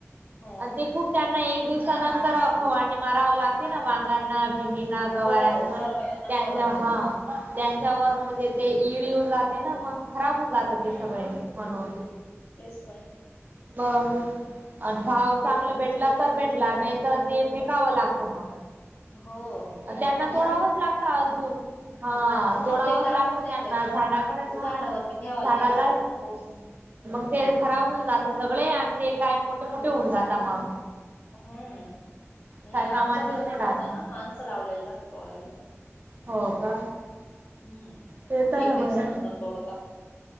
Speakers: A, on the left (about 45°); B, on the right (about 35°).
A: हो
B: आणि
A: ना
B: ते खूप त्या एक दिवसानंतर फवारणी माराव लागते ना वांगांना भेंडीना. मीना गवार
A: हो सर्व
B: खत
A: यांना
B: त्यांच्या
A: फवारणी द्यावा
B: हा त्यां, त्याच्या गवार म्हणजे ते ईडी जाते ना मग. खराब होऊन जात ते
A: हम्म
B: सगळे म्हणून.
A: तेच तर
B: बघ आणि भाव चांगला भेटला तर भेटला नाही तर ते फेकावं लागत मग.
A: हो
B: त्यांना
A: ते आहे
B: तोडावाच लागत अजून. हा
A: मग
B: थोडावच
A: ते टाकून
B: लागत
A: नाही
B: त्यांना
A: देत.
B: झाडाकडे
A: ते
B: ना
A: झाडावरती ठेवायला
B: झाडाला.
A: नाही लागत ना तोडून
B: मग ते खराब होऊन जात सगळे आण ते काय मोठे मोठे होऊन जातात मग
A: हम्म
B: काय
A: नाही
B: कामाचेच
A: आमच्याकडे
B: नाही
A: पण
B: राहत.
A: राहता ना माणसं लावलेला रहाते तोडायला.
B: हो का
A: हम्म
B: ते तर
A: एक दिवसानंतर
B: बाय.
A: तोडता